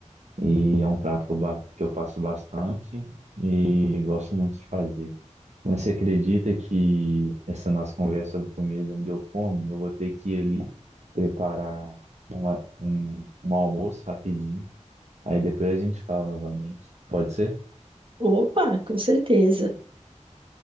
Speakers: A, on the right; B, on the right.
A: E é um prato que eu, ba- que eu faço bastante e gosto muito de fazer. Mas você acredita que essa nossa conversa sobre comida me deu fome? Eu vou ter que ir ali preparar uma, um, um almoço rapidinho. Aí depois a gente fala novamente. Pode ser?
B: Opa, com certeza.